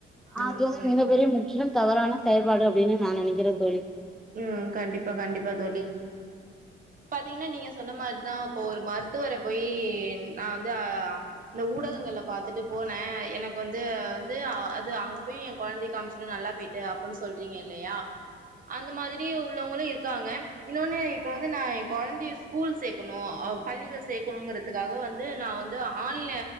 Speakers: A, in the centre; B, on the right.
A: ஆதோம்
B: ம்
A: மிகப்ம் பெரிய முற்றிலும் தவறான செயல் பாடு அப்படின்னு நினைக்ரே தோழி
B: ம் கண்டிப்பா கண்டிப்பா தோழி பாத்தீங்கன்னா நீங்க சொன்ன மாதிரிதான் இப்ப ஒரு மருத்துவரை போயி நான் வந்து அஹ் அந்த ஊடகங்கள்ல பாாரத்துட்டு போனேன் எனக்கு வந்து வந்து அது அங்க போய் என் குழந்தை காமிச்சுன்ன நல்லா போயிட்டு அப்புடின்னு சொல்றீங்க இல்லையா அந்த மாதிரி உள்ளவங்களும் இரு இருக்காங்க இன்னொன்னு இப்ப வந்து நான் என் குழந்தைய ஸ்கூல் சேர்க்கணும். பள்ளிகள் சேர்க்கணுங்கறதுக்காக வந்து நான் வந்து ஆன்